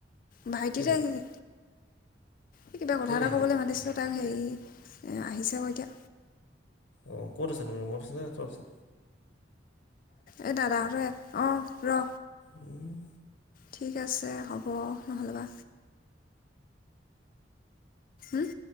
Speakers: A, on the left (about 50°); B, on the left (about 70°).
A: ভাইটি
B: কেলে
A: এটা অহিছে। এ কিবা কথা
B: কেলে
A: এটা
B: আহিছে
A: ক'বলে মাতিছিলো। তাক হেৰি, আহিছে আকৌ এতিয়া
B: অ', ক'ত আছে নো ৰুমত আছেনে তলত আছে?
A: এ দাদাহঁতৰে, অ', ৰ'।
B: উম।
A: ঠিক আছে। হ'ব নহ'লেবা, উম।